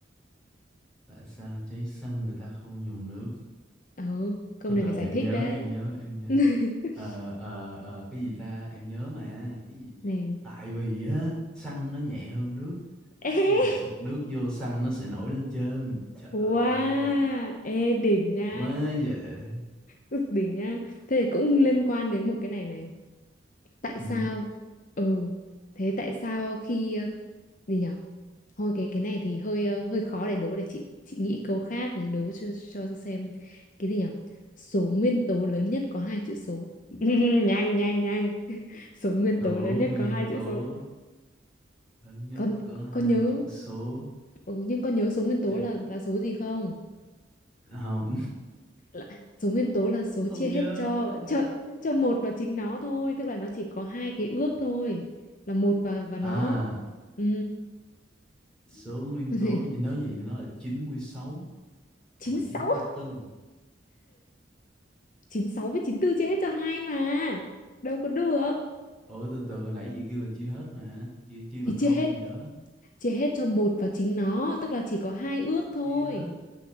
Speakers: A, in the centre; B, on the left.
A: tại sao cháy xăng người ta không dùng nước
B: ờ câu
A: từ
B: này
A: từ
B: phải giải
A: em
B: thích
A: nhớ
B: đấy.
A: em nhớ em nhớ
B: <laughs>
A: ờ ờ ờ cái gì ta em nhớ mà cái gì
B: Này.
A: tại vì á xăng nó nhẹ hơn nước khi
B: Ê,
A: mà xịt nước vô xăng nó sẽ nổi lên trên trời ơi
B: wow, ê đỉnh nha.
A: quá dễ
B: Ức, Đỉnh nha. Thế thì cũng liên quan đến một cái này này. Tại
A: ừ.
B: sao? Ừ, thế tại sao khi ờ, gì nhỉ? Thôi cái cái này thì hơi ờ, hơi khó để đố để chị chị nghĩ câu khác để đố cho cho xem cái gì nhỉ? Số nguyên tố lớn nhất có hai chữ số. <laughs> Nhanh nhanh nhanh. Số nguyên
A: số
B: tố lớn nhất
A: nguyên
B: có hai chữ
A: tố
B: số.
A: lớn nhất
B: Con
A: có hai
B: con nhớ
A: chữ số
B: ừ, nhưng con nhớ số nguyên tố
A: Trời,
B: là là số gì không?
A: không
B: Là, số nguyên tố là số
A: không
B: chia
A: nhớ
B: hết cho
A: ừ.
B: cho cho một và chính nó thôi, tức là nó chỉ có hai cái ước thôi, là một và và nó.
A: À,
B: Ừ,
A: số nguyên
B: <laughs>
A: tố vậy nếu vậy thì nó là 96 hoặc
B: chín
A: là chín
B: sáu
A: mươi bốn
B: chín sáu với chín tư chia hết cho hai mà. Đâu có được.
A: Ủa từ từ hồi nãy chị kêu là chia hết mà, chia chia
B: thì
A: bằng
B: chia
A: không
B: hết
A: gì đó.
B: chia hết cho một và chính nó tức là chỉ có hai ước thôi
A: Chia hết,